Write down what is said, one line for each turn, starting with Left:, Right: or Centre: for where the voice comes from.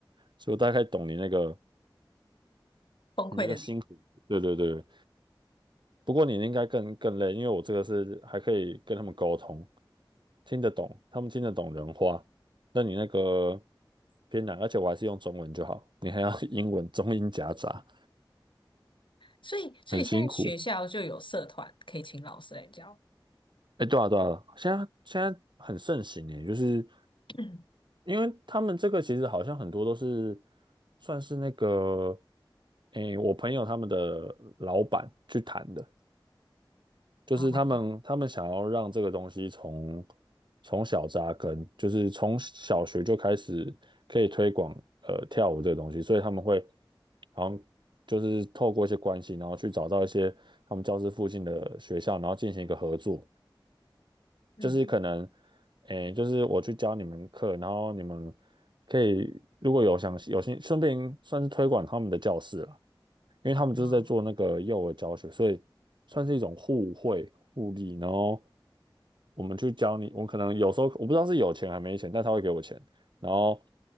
Right: 所以我大概懂你那个。
Left: 崩溃的点。
Right: 你那个辛苦，对对对。不过你应该更更累，因为我这个是还可以跟他们沟通，听得懂，他们听得懂人话。那你那个偏难，而且我还是用中文就好，你还要 <laughs> 英文中英夹杂，
Left: 所以所以现在学校就有社团可以请老师来教。
Right: 很辛苦。哎，对啊对啊，现在现在很盛行耶，就是
Left: <coughs> <clears throat>
Right: 因为他们这个其实好像很多都是算是那个，哎，我朋友他们的老板去谈的。就是他们他们想要让这个东西从
Left: 然后。
Right: 从小扎根，就是从小学就开始可以推广呃跳舞这个东西，所以他们会好像就是透过一些关系，然后去找到一些他们教室附近的学校，然后进行一个合作，
Left: 嗯
Right: 就是可能诶，就是我去教你们课，然后你们可以如果有想有兴顺便算是推广他们的教室了。因为他们就是在做那个幼儿教学，
Left: 哦
Right: 所以算是一种互惠互利。然后我们去教你，我可能有时候我不知道是有钱还没钱，但他会给我钱。然后，